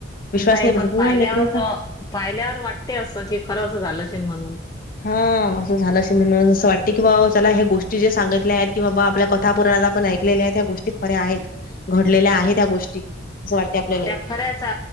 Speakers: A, on the left (about 45°); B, on the left (about 20°).
A: विश्वास
B: नाही
A: बसत
B: पण पाहिल्यावर,
A: ना लेकराचा.
B: पाहिल्यावर वाटते असं कि खरं असं झालं अशेल म्हणून.
A: हं. असं झालं असेल म्हणून असं वाटत. की बाबा चला हे गोष्टी जे सांगितल्या आहेत कि बाबा आपल्या कथा पुराणात आपण ऐक - -लेल्या आहेत ह्या गोष्टी खऱ्या आहेत. घडलेल्या आहेत ह्या गोष्टी असं वाटतय आपल्याले.
B: त्या खऱ्याच अ